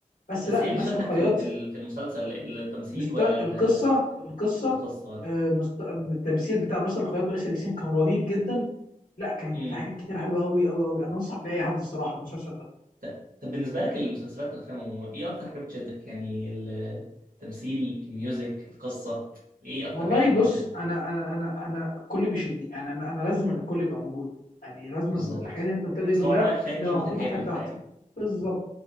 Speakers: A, on the left; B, on the right.
A: بس
B: بس
A: لا
B: ايه اللي
A: باسل
B: شدك
A: الخياط
B: في ال- في ال- في المسلسل التمثيل
A: مست...
B: ولا
A: القصه
B: ال-
A: القصه
B: ولا القصه ولا
A: آه، مست... التمثيل بتاع باسل الخياط واسر ياسين كان رهيب جدا لا كان
B: امم
A: في حاجات كتير حلوه قوي قوي قوي انا انصح باي حد الصراحه المسلسل ده
B: ط- طب بالنسبه لك المسلسلات والافلام عموما ايه اكتر حاجه بتشدك يعني التمثيل الميوزك القصه ايه اكتر
A: والله
B: حاجه ممكن
A: بص
B: تشدك
A: انا انا انا انا الكل بيشدني يعني انا انا لازم الكل يبقى موجود يعني لازم
B: بالظبط
A: الحاجات اللي انت قلتها دي
B: اصل
A: كلها
B: هو عمل فني
A: تبقى
B: متكامل
A: محطوطه في حته
B: فاهم
A: واحده بالظبط